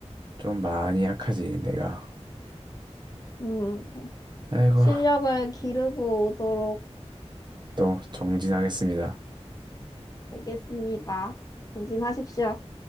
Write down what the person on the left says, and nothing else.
음.
실력을 기르고 오도록
알겠습니다. 정진하십시오.